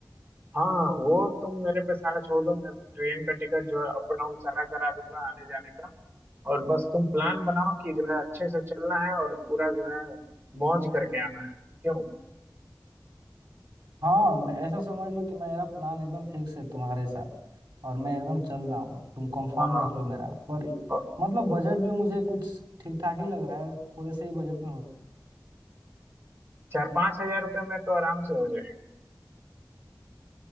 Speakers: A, on the right; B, on the right.
A: हाँ वो तुम मेरे पे सारा छोड़ दो मैं ट्रेन का टिकट जो है अप डाउन सारा करा दूंगा आने जाने का और बस तुम प्लान बनाओ कि जो है अच्छे से चलना है और पूरा जो है मौज करके आना है क्यों
B: हाँ मैं ऐसा समझ लो कि मेरा प्लान एकदम फिक्स है तुम्हारे साथ और मैं एकदम चल रहा हूँ तुम कंफर्म
A: हाँ
B: रख लो मेरा पर
A: और
B: मतलब बजट भी मुझे कुछ ठीक ठाक ही लग रहा है थोड़े से ही बजट में हो
A: चार पाँच हजार रुपये में तो आराम से हो जाएगा